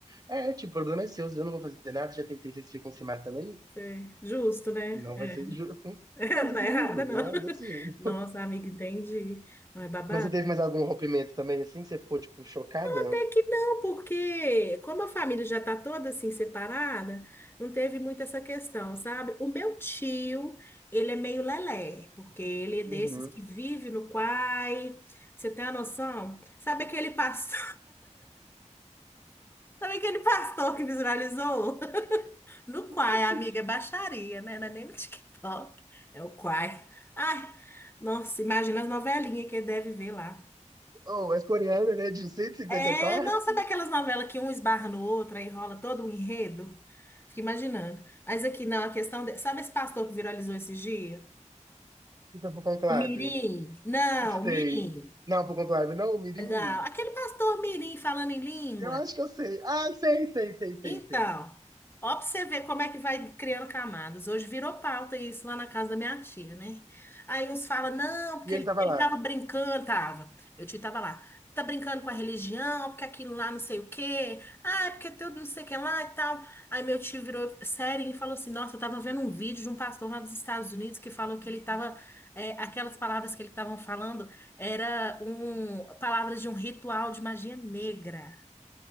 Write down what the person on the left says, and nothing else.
Sei. Justo, né?
É.
<laughs>
Não
tá
errada,
não.
Nossa, amiga, entendi. Não é babado?
Até que não, porque como a família já está toda assim separada, não teve muito essa questão, sabe? O meu tio, ele é meio lelé, porque ele é desses
que vive no quai. Pra Você tem a noção? Sabe aquele pastor, <laughs> sabe aquele pastor que visualizou? No
quai, amiga, é baixaria, né? Não é nem no TikTok, é o quai. Ai, nossa, imagina as novelinhas que ele deve ver lá.
É,
não, sabe aquelas novelas que um esbarra no outro, aí rola todo o enredo? Fico imaginando. Mas aqui não, a questão. de- Sabe esse pastor que viralizou esses dias?
O Mirim? Não, o
Mirim.
Não, aquele pastor Mirim falando em língua.
Então,
ó, pra você ver como é que vai criando camadas. Hoje virou pauta isso lá na casa da minha tia, né? Aí uns falam, não, porque
ele,
ele
tava brincando, tava. Meu tio tava lá. Tá brincando com a religião, porque aquilo lá não sei o quê. Ah, é porque tudo não sei o que lá e tal. Aí meu tio virou sério e falou assim: Nossa, eu tava vendo um vídeo de um pastor lá dos Estados Unidos que falou que ele tava. é, aquelas palavras que ele estavam falando era um, palavras de um ritual de magia negra.